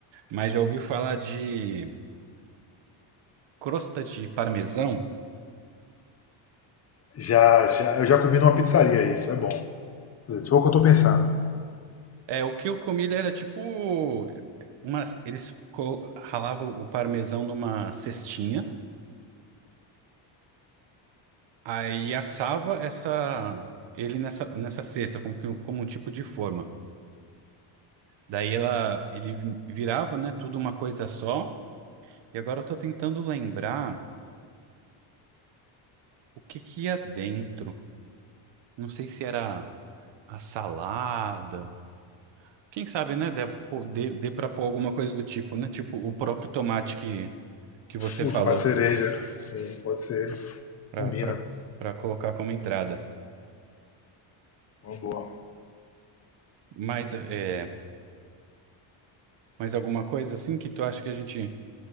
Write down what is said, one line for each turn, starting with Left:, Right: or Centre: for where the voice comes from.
Right: mas já ouvi falar de crosta de parmesão.
Left: Já, já, eu já comi numa pizzaria isso, é bom. Quer dizer, Se for o que eu tô pensando.
Right: É, o que eu comi ele era tipo, uma, eles co- ralavam o parmesão numa cestinha, Aí assava essa ele nessa nessa cesta como, que- como um tipo de forma. Daí ela ele vi- virava, né, tudo uma coisa só. E agora eu tô tentando lembrar o que que ia dentro. Não sei se era a salada. Quem sabe, né, dê, pô- dê, dê para pôr alguma coisa do tipo, né? Tipo o próprio tomate que que você
Left: O
Right: falou
Left: tomate cereja, sim, pode ser.
Right: para
Left: Combina.
Right: para para colocar como entrada.
Left: Uma boa.
Right: Mas é, mais alguma coisa assim que tu acha que a gente